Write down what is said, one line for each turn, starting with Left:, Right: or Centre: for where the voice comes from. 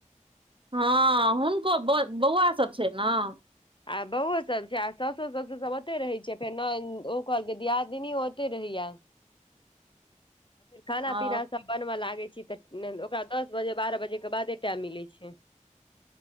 Right: हँ हुनको बऽ बौआ सब छै नऽ
Left: आ बौओ सब छै आ सौसो - ससुर सब ओते रहै छै फेर नऽ ओ कहलकै दियादिनी ओ ते रहैय
Right: <inaudible>
Left: आ फेर खाना
Right: आ
Left: पीना सब बनबऽ लागे छी तऽ ओकरा दस बजे बारह बजे कऽ बादे टाइम मिले छै